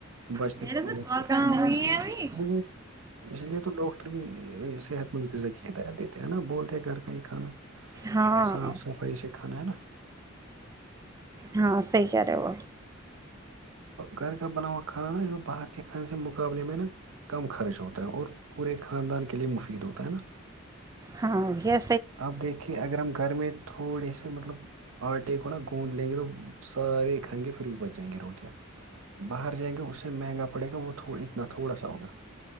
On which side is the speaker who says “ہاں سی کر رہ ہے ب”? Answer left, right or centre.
Right